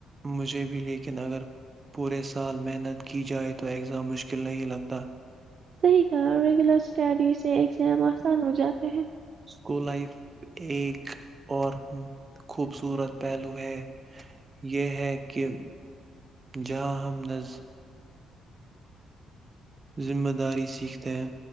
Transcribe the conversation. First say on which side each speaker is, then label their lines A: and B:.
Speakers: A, on the right; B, on the right.
A: مجھے بھی لیکن اگر پورے سال محنت کی جائے تو ایگزام مشکل نہیں لگتا
B: صحیح کہا ریگولر اسٹڈی سے ایگزام آسان ہو جاتے ہیں
A: اسکول لائف ایک اور خوبصورت پہلو ہے یہ ہے کہ جہاں ہم نز ذمہ داری سیکھتے ہیں